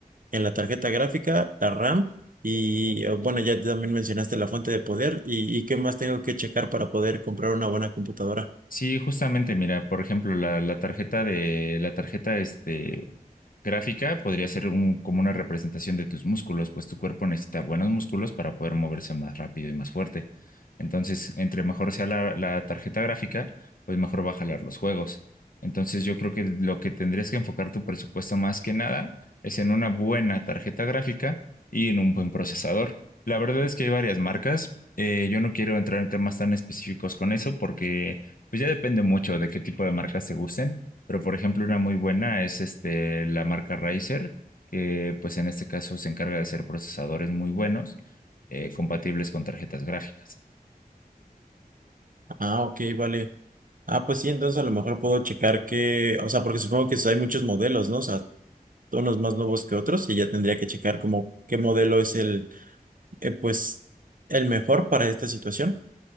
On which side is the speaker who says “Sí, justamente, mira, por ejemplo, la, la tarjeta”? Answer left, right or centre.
Left